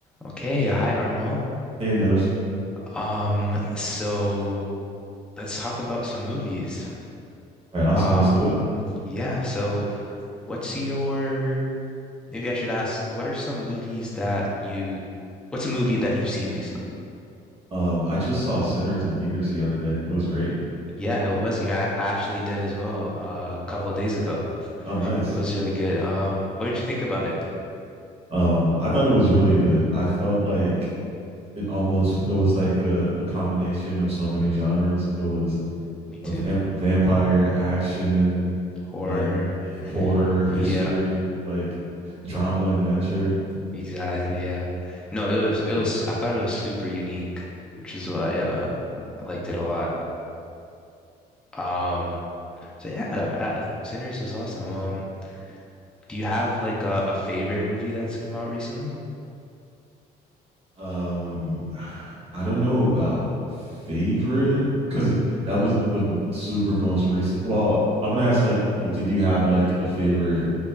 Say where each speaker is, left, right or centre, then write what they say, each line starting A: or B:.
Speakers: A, in the centre; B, on the right.
A: Okay, hi Armo.
B: Hey, Anosh.
A: Um, so let's talk about some movies.
B: All right, awesome.
A: Um,
B: Let's do it.
A: yeah, so what's your, maybe I should ask, what are some movies that you, what's a movie that you've seen recently?
B: Um, I just saw Sinners in theaters the other day. It was great.
A: Yeah, it was. Yeah, I actually did as well, uh, a couple of days ago.
B: Oh, nice.
A: It was really good. Um, what did you think about it?
B: Um, I thought it was really good. I felt like it almost it was like a, a combination of so many genres. It was
A: Me too.
B: a vamp vampire action,
A: Horror.
B: like h- horror, history,
A: Yeah,
B: like drama, adventure.
A: exactly. Yeah. No, it was, it was, I thought it was super unique, which is why, uh, I liked it a lot. Um, So yeah, uh, Sinners was awesome. Um, do you have like a, a favorite movie that's come out recently?
B: Um, I don't know about favorite because that was the super most recent. Well, I want to ask like, what- did you have like a favorite